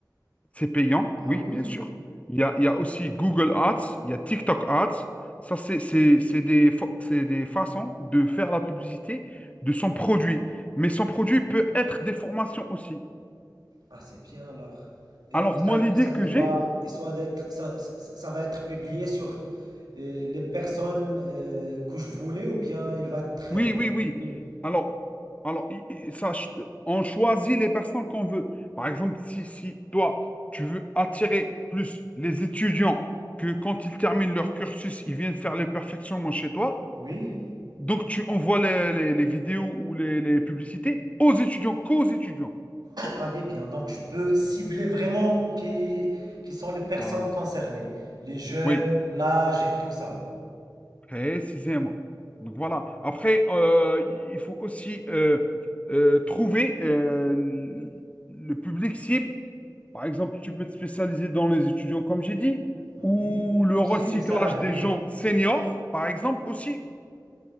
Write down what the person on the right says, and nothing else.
Ah
oui?
Ah, c'est bien alors. Et,
et ça,
et ça
doit,
et soit d'être, ça, ça- ça- ça va être publié sur euh, les personnes euh, que je voulais ou bien il va être
euh,
publié.
Oui.
Ah, des biens. Donc, je peux cibler vraiment qui, qui sont les personnes
concernées, les jeunes,
l'âge et tout ça.
Ah
oui,
aussi
les salariés.